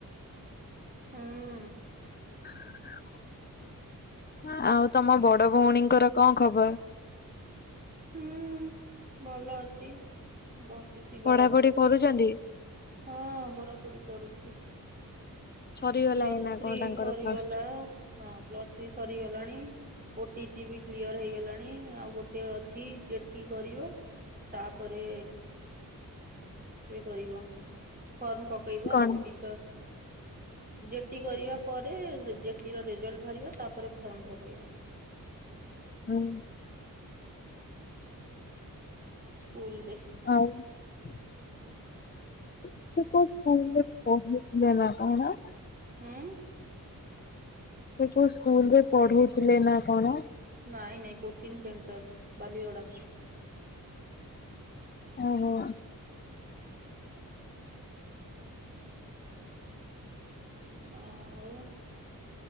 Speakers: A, on the right; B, on the left.
A: ହୁଁ
B: <inaudible> ଆଉ ତମ ବଡ ଭଉଣୀଙ୍କର କଣ ଖବର?
A: ହୁଁ ଭଲ ଅଛି। ବସିଛି
B: ପଢାପଢି
A: ବାହାରେ
B: କରୁଛନ୍ତି?
A: ହଁ ପଢାପଢି କରୁଛି।
B: ସରିଗଲାଣି
A: ପ୍ଲସ୍
B: ନା
A: ଥ୍ରୀ
B: କଣ ତାଙ୍କର
A: ସରିଗଲା
B: ପ୍ଲସ୍ ଟୁ?
A: ହଁ ପ୍ଲସ ଥ୍ରୀ ସରିଗଲାଣି। ଓଟି ଟି ବି କ୍ଲିୟର ହେଇଗଲାଣି ଆଉ ଗୋଟେ ଅଛି ଜେଟି କରିବ। ତାପରେ। ଇ କରିବ ଫର୍ମ ପକେଇବ
B: କଣ?
A: ଆଉ ଟିଚର୍। ଜେଟି କରିବା ପରେ ଜେଟି ର ରେଜଲ୍ଟ ବାହାରିବ ତାପରେ ଫର୍ମ ପକେଇବ।
B: ହଁ।
A: ସ୍କୁଲରେ
B: ଆଉ <unintelligible>
A: ହଁ।
B: ସେ କୋଉ ସ୍କୁଲ ରେ ପଢୁଥିଲେ ନା କଣ?
A: ନାଇଁ ନହିଁ କୋଚିଂ ସେଣ୍ଟରରେ ବାଲିଓଡା।
B: ଓହୋ।
A: ନାଉ।